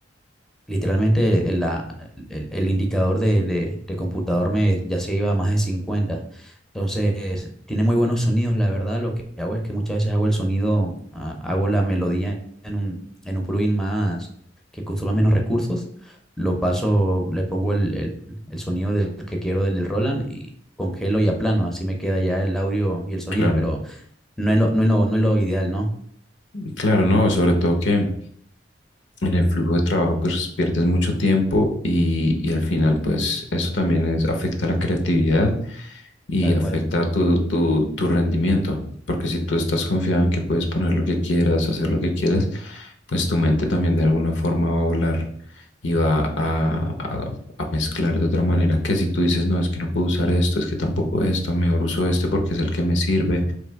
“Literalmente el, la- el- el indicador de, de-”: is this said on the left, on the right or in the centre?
Centre